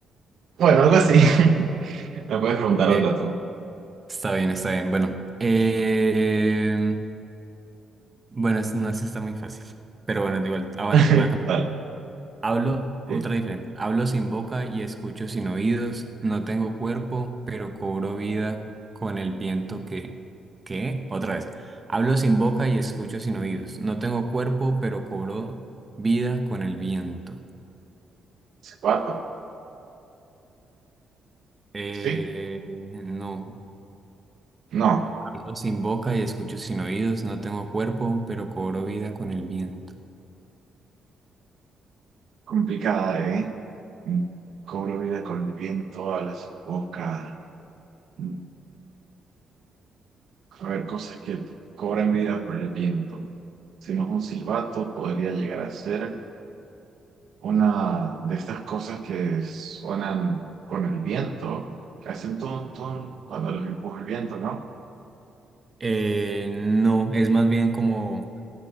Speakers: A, on the right (about 65°); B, on the right (about 25°).
A: Bueno, algo así. <laughs> Me puedes preguntar
B: Ok.
A: otra tú.
B: Está bien, está bien. Bueno, eh, bueno, es- no es está muy fácil. Pero bueno, da igual. Ah, bueno,
A: <laughs>
B: voy a cambiar.
A: Dale.
B: Hablo, otra
A: Sí.
B: diferente. Hablo sin boca y escucho sin oídos. No tengo cuerpo, pero cobro vida con el viento que... ¿Qué? Otra vez. Hablo sin boca y escucho sin oídos. No tengo cuerpo, pero cobro vida con el viento.
A: Zapato.
B: Eh,
A: Sí.
B: no.
A: No.
B: Hablo sin boca y escucho sin oídos. No tengo cuerpo, pero cobro vida con el viento.
A: Complicada, ¿eh? Mm, Cobro vida con el viento a las bocas. Mm, A ver, cosas que cobran vida por el viento. Si no es un silbato, podría llegar a ser una de estas cosas que suenan con el viento, que hacen ton, ton cuando los empuja el viento, ¿no?
B: Eh, no, es más bien como